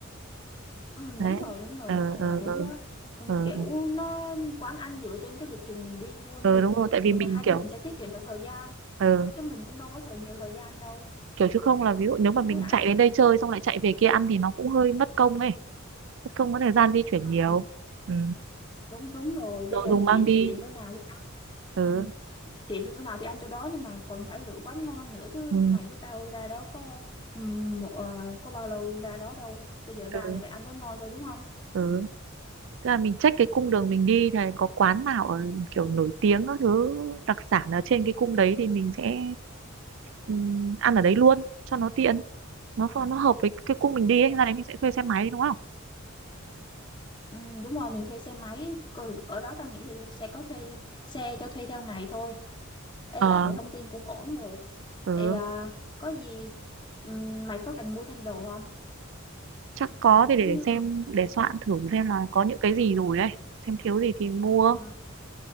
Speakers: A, on the left (about 20°); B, on the right (about 60°).
A: Ừ,
B: đấy
A: đúng rồi đúng rồi
B: ờ
A: cái này
B: ờ
A: là đúng
B: ờ
A: á Ừ,
B: ờ
A: kiểu
B: ờ
A: nó quán ăn dựa trên cái lịch trình mình đi luôn
B: Ờ,
A: thì
B: đúng rồi tại
A: mà
B: vì mình
A: hai
B: kiểu
A: đứa mình sẽ tiết kiệm được thời gian
B: ờ,
A: chứ mình cũng đâu có thời nhiều thời gian đâu
B: kiểu chứ không là ví dụ nếu mà
A: với
B: mình
A: lại
B: chạy
A: à
B: đến đây chơi xong lại chạy về kia ăn thì nó cũng hơi mất công ấy mất công có thời gian di chuyển
A: ừ,
B: nhiều ừ.
A: đúng đúng rồi bây
B: đồ
A: giờ
B: dùng
A: tiện
B: mang đi
A: tiện chỗ nào thì ăn
B: ừ
A: ừ, tiện chỗ nào thì ăn chỗ đó nhưng mà còn phải lựa quán ngon nữa chứ
B: ừ
A: mày với tao ra đó có ừ, một- à, có bao lâu ra đó đâu bây giờ ra
B: ừ,
A: thì phải ăn quán ngon thôi đúng không
B: ừ. Tức là mình check cái cung đường mình đi này có quán nào ở kiểu nổi tiếng các thứ đặc sản ở trên cái cung đấy thì mình sẽ ừm, ăn ở đấy luôn cho nó tiện nó
A: ừ.
B: phù- nó hợp với cái cung mình đi
A: ok.
B: ấy ra đấy mình sẽ thuê xe máy đi, đúng không
A: Ừ, đúng rồi mình thuê xe máy Còn ở đó tao nghĩ là sẽ có thuê xe cho thuê theo ngày thôi ê
B: ờ
A: chị là thông tin cũng ổn rồi
B: ừ.
A: thì à, có gì ừm, mày có cần mua thêm đồ không
B: chắc có thì để
A: giống như
B: xem để soạn thử xem là có những cái gì rồi đấy xem thiếu gì thì mua
A: ờ,